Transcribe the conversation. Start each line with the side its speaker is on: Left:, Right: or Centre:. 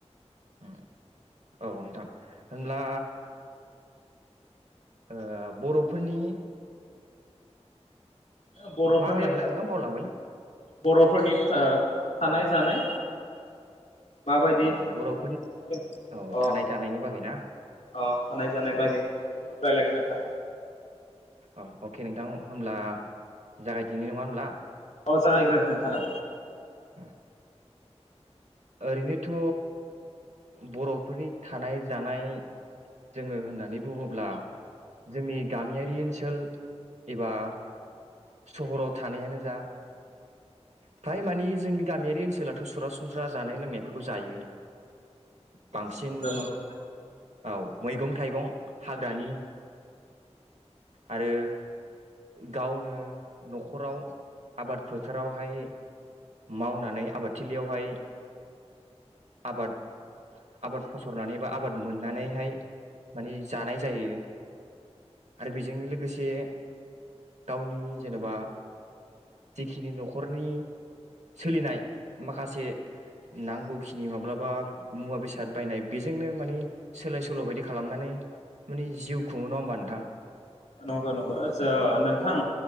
Right: उम औ नोंथां होनब्ला ओ बर'फोरनि
Left: बर'फोरनिथा
Right: मा होनामोनलाय नोंथां बावलांबायलै
Left: बर'फोरनिथा थानाय जानाय माबायदि
Right: अ
Left: अ
Right: बर'फोरनि औ थानाय जानायनि बागै ना
Left: अ थानाय जानाय बागै रायलायगोन नोंथां
Right: औ अके नोंथां होमब्ला जागायदिनि नङा होमब्ला
Left: औ जागायग्रो नोंथाङा
Right: ओ ओरैनोथ बर'फोरनि थानाय जानाय जोङो होननानै बुङोब्ला जोंनि गामियारि ओनसोल एबा सहराव थानायानो जा फ्राय मानि जोंनि गामियारि ओनसोलाथ सरासनस्रा जानाय लोंनायफोरखौ जायो बांसिन
Left: नंगौ नंगौ
Right: औ मैगं थाइगं हाग्रानि आरो गावनो नखराव आबादफोर फोरावहाय मावनानै आबादथिलियावहाय आबाद आबाद फसरनानै बा आबाद मोननानैहाय माने जानाय जायो आरो बेजों लोगोसे गावनि जेनबा जेखिनि नखरनि सोलिनाय माखासे नांगौखिनि माब्लाबा मुवा बेसाद बायनाय बेजोंनो मानि सोलाय सोल बायदि खालामनानै माने जिउ खुङो नङा होमबा नोंथां
Left: नंगौ नंगौ नोंथां